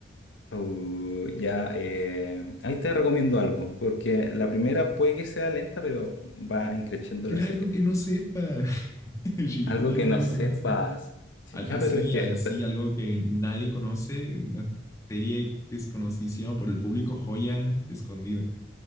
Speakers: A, on the left (about 85°); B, on the left (about 15°).
A: Uh, ya, eh, ahí te recomiendo algo, porque la primera puede que sea lenta, pero va increciendo
B: Pero
A: la serie.
B: algo que no sepa. <laughs> Shingeki
A: Algo
B: todo
A: que
B: el mundo
A: no
B: lo
A: sepas.
B: conoce.
A: Sí,
B: Al-
A: ya,
B: Así,
A: pero es que
B: así, algo que nadie conoce, una serie desconocidísima por el público, joya escondida.